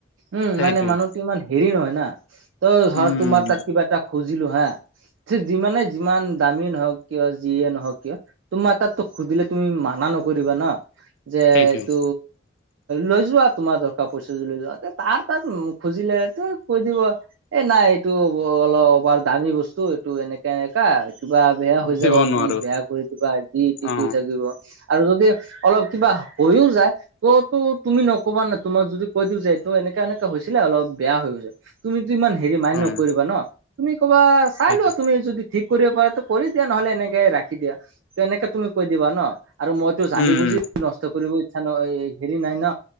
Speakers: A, on the right; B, on the left.
A: উম
B: সেইটোৱে
A: মানে মানুহটো ইমান হেৰি নহয় না তৌ ধৰ
B: উম
A: তোমাৰ তাত কিবা এটা খুজিলো হা যিমানে যিমান দামীয়ে নহওক কিয় যিয়ে নহওক কিয় তোমাৰ তাততো সুধিলে তুমি মানা নকৰিবা ন যে
B: সেইটোৱে
A: এইটো লৈ যোৱা তোমাৰ দৰকাৰ পৰিচে যদি লৈ যোৱা তে তাৰ তাত খুজিলে তই কৈ দিব এ নাই এইটো অলপবাৰ দামী বস্তু এইটো এনেক কেনেকা কিবা বেয়া হৈ
B: দিব
A: যাব
B: নোৱাৰো
A: তুমি বেয়া কৰি দিবা যি তি
B: অ
A: কৈ থাকিব আৰু যদি অলপ কিবা হৈও যায় কতো তুমি নকবা নাই তোমাক যদি কৈ দিওঁ যে এইটো এনেকা এনেকা হৈছিলে অলপ বেয়া হৈ গৈছে তুমিতো ইমান হেৰি মান্য
B: উম
A: নকৰিবা ন তুমি ক'বা চাই
B: সেইটোৱে
A: লোৱা তুমি যদি ঠিক কৰিব পাৰা টো কৰি দিয়া নহলে এনেকে ৰাখি দিয়া, ত এনেকে তুমি কৈ দিবা ন? আৰু মই টো জানি
B: উম
A: বুজি নষ্ট কৰিব ইচ্ছা ন ই হেৰি নাই ন?